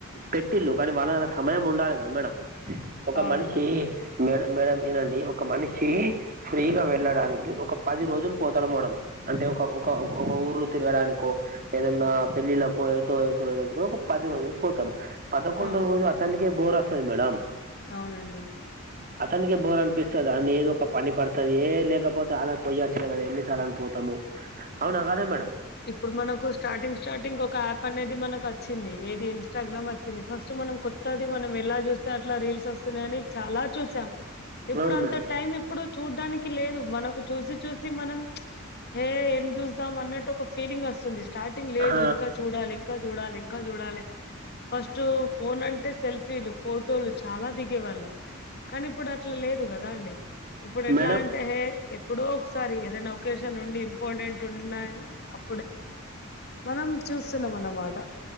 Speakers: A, on the right; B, on the left.
A: పెట్టిల్ళు కానీ వాళ్ళ సమయం ఉండాలి కదా మేడం ఒక
B: అవునవును
A: మనిషి మేడం మేడం ఇనండి ఒక మనిషి ఫ్రీగా వెళ్ళడానికి ఒక పది రోజులు పోతాడు మేడం అంటే ఒక ఒక ఒక ఊర్లో తిరగడానికో ఏదన్న పెళ్ళిళ్ళకు ఏటో ఏటో ఏటో ఒక పది రోజులు పోతాడు పదకొండో
B: అవును
A: రోజు <unintelligible> బోర్ వస్తది మేడం
B: అవునండి
A: అతనికే బోర్ అనిపిస్తద అని ఏదో ఒక పని పడుతది ఏ లేకపోతే అల్లాడ పోయి వచ్చదు కదా ఎన్నిసార్లు అని పోతాము అవునా <unintelligible> మేడమ్
B: ఇప్పుడు మనకు స్టార్టింగ్ స్టార్టింగ్ ఒక యాప్ అనేది మనకు వచ్చింది ఏది ఇన్స్టాగ్రామ్ వచ్చింది ఫస్ట్ మనం ఉంటాది మనం ఎలా చూస్తే అట్లా రీల్స్ వస్తున్నాయని చాల చూసాం ఇప్పుడు
A: అవును
B: అంత
A: మేడం
B: టైమ్ ఇప్పుడు చూడ్డానికి లేదు మనకు చూసి చూసి మనం చే ఏం చూస్తాం అన్నట్టు ఒక ఫీలింగ్ వస్తుంది స్టార్టింగ్ లేదు
A: ఆ
B: ఇంకా చూడాలే ఇంకా చూడాలే ఇంకా చూడాలి ఫస్ట్ ఫోన్ అంటే సెల్ఫీలు ఫోటోలు చాల దిగే వాళ్ళం కానీ ఇప్పుడు అట్లా లేదు కదా అండి ఇప్పుడు ఎట్లా
A: మేడం
B: అ అంటే ఎప్పుడో ఒకసారి ఏదైనా ఒక్కేషన్ ఉండి ఇంపార్టెంట్ ఉన్నాయి అంటే మనం చూస్ <unintelligible> మాట